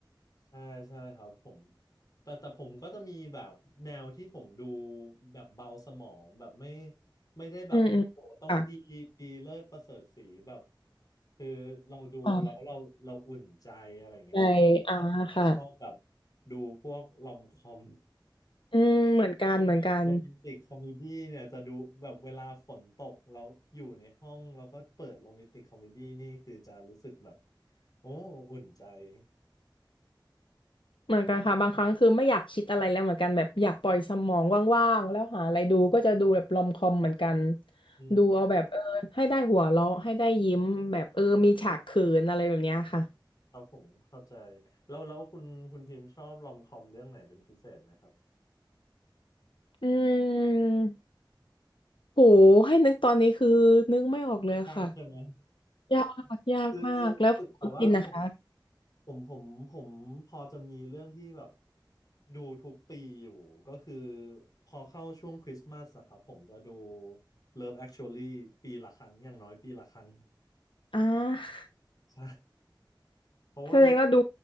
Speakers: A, on the left; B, on the left.
A: ใช่ใช่ครับผมแต่แต่ผมก็จะมีแบบแนวที่ผมดูแบบเบาสมองแบบไม่ไม่ได้แบบโอ้โหต้องดีดีเลิศประเสริฐศรีแบบ
B: อืมอืมค่ะ
A: คือเราดูแล้วเราเราอุ่นใจอะไรอย่างเงี้ยครับ
B: อ่าใช่อ่าค่ะ
A: ผมจะชอบแบบดูพวกลอมคอม
B: อืมเหมือนกันเหมือนกัน
A: พวกแบบโรแมนติกคอมเมดี้เนี่ยจะดูแบบเวลาฝนตกแล้วอยู่ในห้องแล้วก็เปิดโรแมนติกคอมเมดี้นี่คือจะรู้สึกแบบโอ้อุ่นใจ <laughs>
B: เหมือนกันค่ะบางครั้งคือไม่อยากคิดอะไรแล้วเหมือนกันแบบอยากปล่อยสมองว่างๆแล้วหาอะไรดูก็จะดูแบบรอมคอมเหมือนกัน
A: อืม
B: ดูเอาแบบเออให้ได้หัวเราะให้ได้ยิ้มแบบเออมีฉากเขินอะไรแบบเนี้ยค่ะ
A: ครับผมเข้าใจแล้วแล้วคุณคุณพิมพ์ชอบรอมคอมเรื่องไหนเป็นพิเศษไหมครับ
B: อืมโหให้นึกตอนนี้คือนึกไม่ออกเลยค่ะ
A: ยากใช่ไหม
B: ยากยากมากแล้วคุณปินนะคะ
A: <laughs> คือคือแต่ว่าผมผมผมผมพอจะมีเรื่องที่แบบดูทุกปีอยู่ก็คือพอเข้าช่วงคริสต์มาสอะครับผมจะดู Love Actually ปีละครั้งอย่างน้อยปีละครั้ง
B: อ่า
A: <laughs> ใช่ <laughs> เพราะว่า
B: แสดงว่าดู